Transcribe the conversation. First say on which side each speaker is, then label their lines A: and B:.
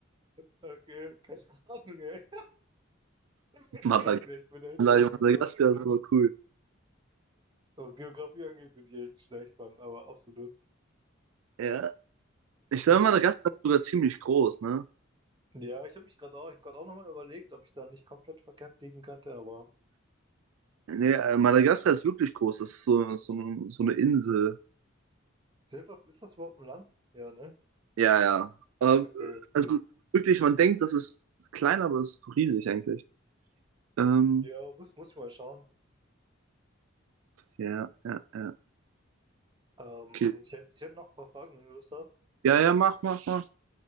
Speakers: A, on the right; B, on the right.
A: keine Ahnung, ey. Ich
B: Madagaskar.
A: sag's dir, ich bin echt, was, Geograf
B: Madagaskar ist aber cool.
A: was Geografie angeht, bin ich echt schlecht, Mann, aber absolut.
B: Ja. Ich glaube,
A: Ähm,
B: Madagaskar ist sogar ziemlich groß, ne?
A: ja, ich habe mich gerade auch, ich hab grad auch nochmal überlegt, ob ich da nicht komplett verkehrt liegen könnte, aber
B: Nee, äh, Madagaskar ist wirklich groß. Das ist so, so, ein- so eine Insel.
A: zählt das, ist das überhaupt ein Land? Ja, ne?
B: Ja, ja. Äh,
A: Okay.
B: also
A: Hm.
B: wirklich, man denkt, das ist klein, aber es ist riesig eigentlich. Ähm,
A: Ja, muss, muss ich mal schauen.
B: ja, ja, ja.
A: Ähm,
B: Okay.
A: ich hätte ich hätte noch ein paar Fragen, wenn du Lust hast.
B: Ja, ja, mach, mach, mach.